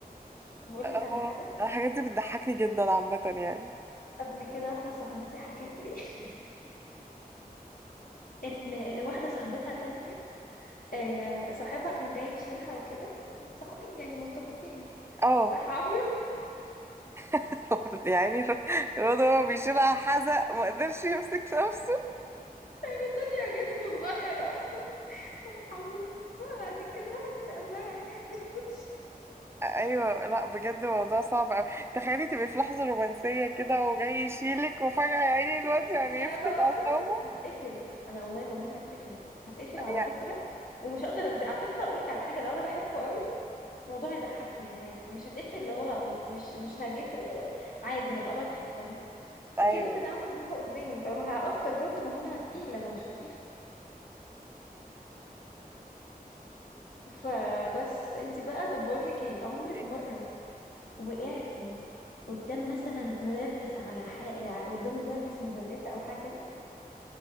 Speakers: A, on the left (about 65°); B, on the right (about 15°).
A: بقولك
B: اه
A: على حاجة
B: الحاجات دي بتضحكني جدا عامة يعني
A: قبل كده واحدة صاحبتي حكت لي <laughs> ان ان واحده صاحبتها تانية آه، صاحبها كان جاي يشيلها وكده صاحبين يعني مرتبطين
B: اه
A: راح عمرو
B: <laughs> يعني الر- الواد هو بيشيلها حزق ما قدرش يمسك نفسه
A: بيصلي جسمه صغير اصلا راح عمرو بعد كده واحده قال لها إيه؟ الكوتشي
B: ايوه لا بجد الموضوع صعب اوي تخيلي تبقي في لحظة رومانسية كده وجاي يشيلك وفجأة يعني الواد يعني
A: يا
B: يفقد
A: نهار
B: أعصابه
A: اسود هتقفل انا والله لو منها هتقفل هتقفل
B: أي-
A: على فكره ومش هقدر انسى على فكره اقول لك على حاجه لو انا بحبه قوي الموضوع يضحكني يعني عادي مش هتقفل اللي هو م- مش مش هجيت ال- عادي هبقى بضحك فاهمه
B: ايوه
A: اكنه كده عمل بومبا قدامي فاهمه هقدر برضه ما هو انا تقيل انا مش خفيف فبس انت بقى طب بقول لك ايه عمرك
B: <laughs>
A: مره وقعتي قدام مثلا مدرس على حاجه قدام مدرس مدرسه او حاجه كده